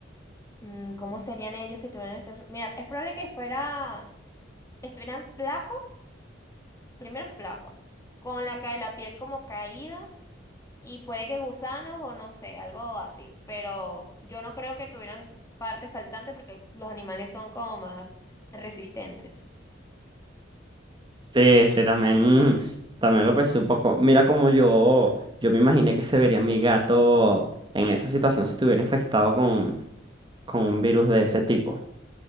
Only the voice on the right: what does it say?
Sí, sí, también, también lo pensé un poco. Mira como yo, yo me imaginé que se vería mi gato en esa situación si estuviera infectado con, con un virus de ese tipo.